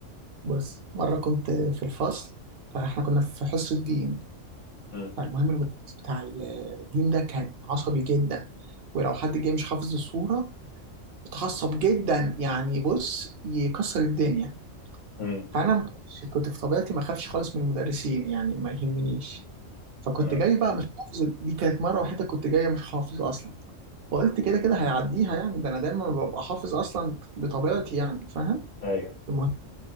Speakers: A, on the right; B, on the left.
A: بص مره كنت في الفصل فاحنا كنا في حصه الدين
B: امم
A: فالمهم المدرس بتاع الدين ده كان عصبي جدا ولو حد جه مش حافظ الصوره متعصب جدا يعني بص يكسر الدنيا
B: امم
A: فانا ما كنتش- كنت في طبيعتي ما اخافش خالص من المدرسين يعني ما يهمنيش فكنت
B: اه
A: جاي بقى مش حافظ دي كانت مره وحيده كنت جاي مش حافظ اصلا فقلت كده كده هيعديها يعني ده انا دايما ببقى حافظ اصلا بطبيعتي يعني فاهم
B: ايوه
A: المهم